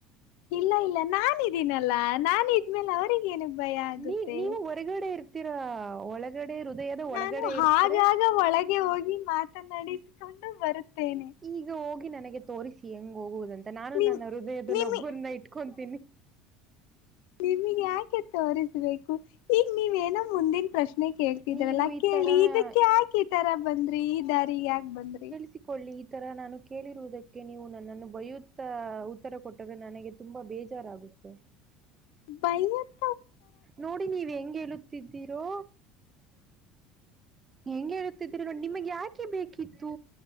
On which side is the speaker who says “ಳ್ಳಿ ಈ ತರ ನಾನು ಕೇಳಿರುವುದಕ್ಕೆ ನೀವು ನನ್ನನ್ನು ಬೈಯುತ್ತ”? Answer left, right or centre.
Right